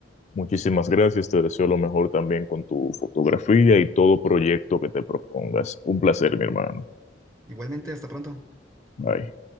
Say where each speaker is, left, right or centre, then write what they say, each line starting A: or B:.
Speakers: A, on the left; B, on the right.
A: Muchísimas gracias, te deseo lo mejor también con tu fotografía y todo proyecto que te propongas. Un placer, mi hermano.
B: Igualmente, hasta pronto.
A: Bye.